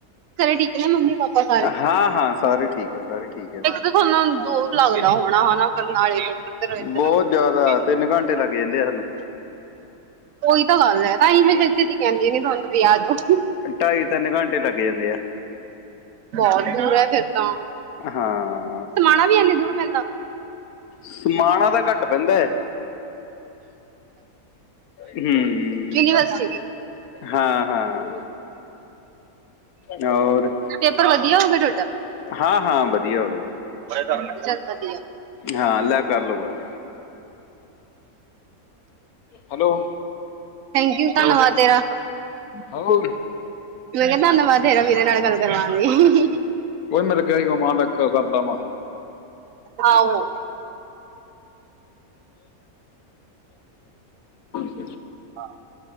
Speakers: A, on the right; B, on the left.
A: ਘਰੇ ਠੀਕ ਨੇ, ਮੰਮੀ-ਪਾਪਾ ਸਾਰੇ।
B: ਹਾਂ ਹਾਂ ਸਾਰੇ ਠੀਕ ਹੈ ਸਾਰੇ ਠੀਕ ਹੈ
A: ਇੱਕ ਤਾਂ ਤੁਹਾਨੂੰ ਦੂਰ ਲੱਗਦਾ ਹੋਣਾ ਹਨਾ, ਬਰਨਾਲੇ ਤੋਂ ਕਿਧਰ-ਇੱਧਰ
B: ਬਹੁਤ
A: ਉਹੀ-
B: ਜ਼ਿਆਦਾ ਤਿੰਨ ਘੰਟੇ ਲੱਗ ਜਾਂਦੇ ਆ ਸਾਨੂੰ
A: ਇਹੀ ਤਾਂ ਗੱਲ ਹੈ, ਤਾਂ ਅਸੀ ਵੀ ਛੇਤੀ-ਛੇਤੀ ਕਹਿੰਦੀ ਨਹੀਂ ਤੁਹਾਨੂੰ। ਵਿਆਹ ਦਿਓ।
B: ਢਾਈ ਤਿੰਨ ਘੰਟੇ ਲੱਗ ਜਾਂਦੇ ਆ
A: ਬਹੁਤ ਦੂਰ ਹੈ ਫਿਰ ਤਾਂ।
B: ਹਾਂ।
A: ਸਮਾਣਾ ਵੀ ਇਨੇ ਦੂਰ ਪੈਂਦਾ।
B: ਸਮਾਣਾ ਦਾ ਘੱਟ- ਘੱਟ ਪੈਂਦਾ। ਹਮ
A: ਯੂਨੀਵਰਸਿਟੀ।
B: ਹਾਂ ਹਾਂ। ਹੋਰ,
A: ਪੇਪਰ ਵਧੀਆ ਹੋ ਗਿਆ
B: ਹਾਂ-ਹਾਂ ਵਧੀਆ ਹੋ ਗਿਆ।
A: ਤੁਹਾਡਾ ਚੱਲ ਵਧੀਆ।
B: ਹਾਂ, ਲੈ ਕਰ ਲੋ ਗੱਲ। ਹੈਲੋ
A: ਥੈਂਕ-ਯੂ ਧੰਨਵਾਦ ਤੇਰਾ।
B: ਹੈਲੋ ਉਹੀ
A: ਮੈਂ ਕਿਹਾ ਧੰਨਵਾਦ ਤੇਰਾ ਵੀਰੇ ਨਾਲ ਗੱਲ ਕਰਵਾਨ ਲਈ
B: ਉਹਹੀ ਮੇਰੇ ਕਿਹਾ ਮਾਂ ਦਾ ਕਰਦਾ ਵਾ <inaudible>
A: ਆਹੋ
B: <inaudible> <inaudible>
A: ਹਾਂ